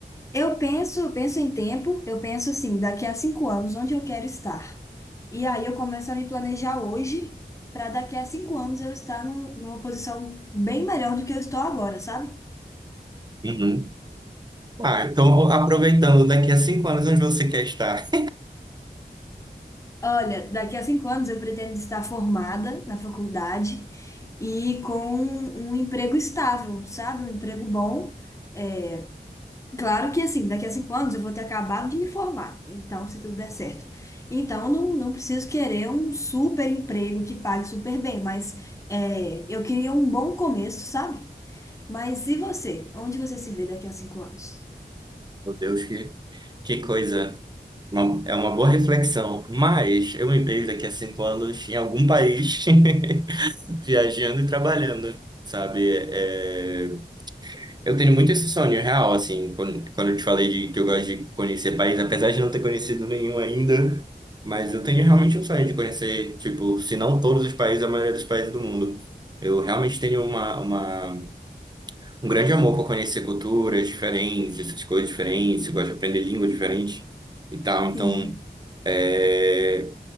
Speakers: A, on the left; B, on the right.
A: Eu penso, eu penso em tempo, eu penso assim, daqui a cinco anos, onde eu quero estar. E aí eu começo a me planejar hoje para daqui a cinco anos eu estar num- numa posição bem melhor do que eu estou agora, sabe?
B: Uhum. Ah, então aproveitando, daqui a cinco anos, onde você quer estar?
A: Olha, daqui a cinco anos eu pretendo estar formada na faculdade e com um emprego estável, sabe? Um emprego bom. É, claro que assim, daqui a cinco anos eu vou ter acabado de me formar, então se tudo der certo. Então eu não, não preciso querer um super emprego que pague super bem, mas é, eu queria um bom começo, sabe? Mas e você? Onde você se vê daqui a cinco anos?
B: Meu Deus, que, que coisa. Uma- é uma boa reflexão, mas eu me vejo daqui a cinco anos em algum país <laughs> viajando e trabalhando, sabe? É, eu tenho muito esse sonho real, assim, quando, quando eu te falei de que eu gosto de conhecer país, apesar de não ter conhecido nenhum ainda, mas eu tenho realmente um sonho de conhecer, tipo, se não todos os países, a maioria dos países do mundo. Eu realmente tenho uma, uma, um grande amor por conhecer culturas diferentes, essas coisas diferentes, eu gosto de aprender línguas diferentes e tal,
A: Sim.
B: então. é,